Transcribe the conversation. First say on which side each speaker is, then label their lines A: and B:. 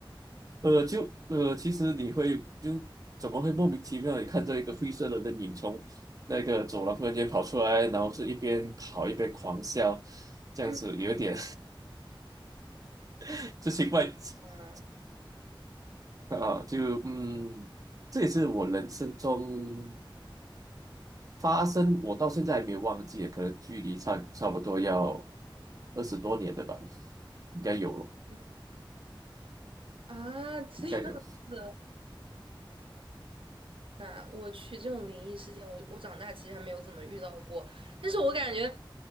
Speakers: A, on the right; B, on the right.
A: 呃，就呃，其实你会就怎么会莫名其妙地看到一个灰色的人影从那个走廊忽然间跑出来，然后是一边跑一边狂笑，这样子有一点
B: 嗯
A: <laughs> 这奇怪 <laughs>
B: 啊，
A: 啊，就嗯，这也是我人生中发生，我到现在还没有忘记啊，可能距离差差不多要二十多年的吧，应该有了，
B: 嗯啊，这样子。
A: 应该有。
B: 那我去这种灵异事件，我我长大其实还没有怎么遇到过，但是我感觉